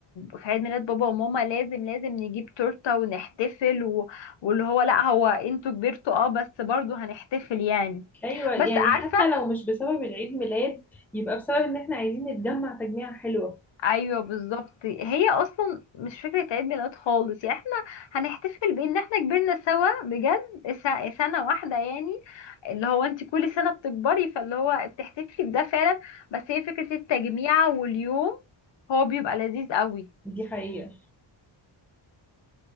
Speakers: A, on the left; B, in the centre.
A: في عيد ميلاد بابا وماما لازم لازم نجيب تورتة ونحتفل و... واللي هو لا هو انتوا كبرتوا اه بس برضو هنحتفل يعني
B: ايوه يعني
A: بس عارفة
B: حتى لو مش بسبب العيد ميلاد يبقى بسبب ان احنا عايزين نتجمع تجميعة حلوة
A: ايوه بالظبط هي اصلا مش فكره عيد ميلاد خالص يعني احنا هنحتفل بان احنا كبرنا سوا بجد س- سنه واحده يعني اللي هو انت كل سنه بتكبري فاللي هو بتحتفلي بده فعلا بس هي فكره التجميع واليوم هو بيبقى لذيذ قوي
B: دي حقيقة